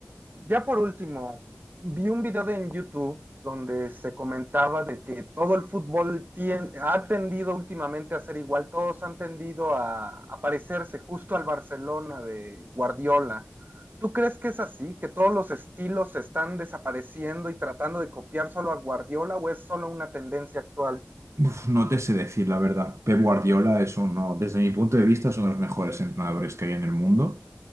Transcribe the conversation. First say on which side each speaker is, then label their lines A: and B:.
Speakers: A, on the right; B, on the right.
A: Ya por último, vi un video de- en YouTube donde se comentaba de que todo el fútbol tien- ha tendido últimamente a ser igual, todos han tendido a, a parecerse justo al Barcelona de Guardiola. ¿Tú crees que es así? ¿Que todos los estilos se están desapareciendo y tratando de copiar solo a Guardiola o es solo una tendencia actual?
B: Uf, no te sé decir la verdad. Pep Guardiola es uno, desde mi punto de vista, es uno de los mejores entrenadores que hay en el mundo.